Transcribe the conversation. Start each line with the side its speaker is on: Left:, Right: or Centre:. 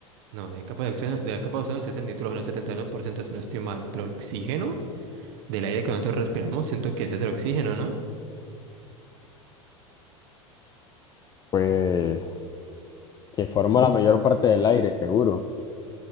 Right: No, de la capa de ozono, de la capa de ozono sí es el nitrógeno, 71%, si no estoy mal. Pero el oxígeno del aire que nosotros respiramos, siento que ese es el oxígeno, ¿no?
Left: Pues, que forma la mayor parte del aire, seguro.